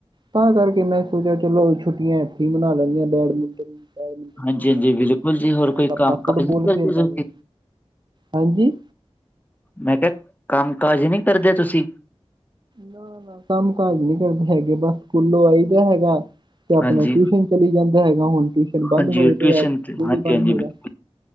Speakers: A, on the right (about 45°); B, on the left (about 15°).
A: ਤਾਂ ਕਰਕੇ ਮੈਂ ਸੋਚਿਆ ਚਲੋ ਛੁੱਟੀਆਂ ਇੱਥੇ ਈ ਬਣਾ ਲੈਂਨੇ ਆ ਬੈਡਮਿੰਟਨ ਨੂੰ ਬੈਡਮਿੰਟਨ
B: ਹਾਂਜੀ,
A: ਖੇਲ
B: ਹਾਂਜੀ
A: ਲਾਂਗੇ
B: ਬਿਲਕੁਲ
A: 'ਤੇ
B: ਜੀ ਹੋਰ
A: ਨਾਲ
B: ਕੋਈ
A: ਆਪਣਾ
B: ਕੰਮ
A: ਫੁੱਟਬਾਲ
B: ਕਾਜ ਨਹੀਂ ਕਰਦੇ
A: ਖੇਲ ਲਾਂਗੇ।
B: ਤੁਸੀਂ
A: ਹਾਂਜੀ।
B: ਮੈਂ ਕਿਹਾ ਕੰਮ ਕਾਜ ਨੀ ਕਰਦੇ ਤੁਸੀਂ?
A: ਨਾ-ਨਾ ਕੰਮ ਕਾਜ ਨੀ ਕਰਦੇ ਹੈਗੇ ਬਸ ਸਕੂਲੋਂ ਆਈ ਦਾ ਹੈਗਾ 'ਤੇ ਆਪਣਾ
B: ਹਾਂਜੀ,
A: ਟਿਊਸ਼ਨ ਚਲੀ ਜਾਂਦਾ ਹੈਗਾ ਹੁਣ ਟਿਊਸ਼ਨ ਬੰਦ
B: ਹਾਂਜੀ
A: ਹੋਏ ਪੇਆ
B: ਟਿਊਸ਼ਨ
A: ਸਕੂਲ
B: ਤੇ ਹਾਂਜੀ,
A: ਵੀ ਬੰਦ
B: ਹਾਂਜੀ
A: ਹੈਗਾ।
B: ਬਿਲਕੁਲ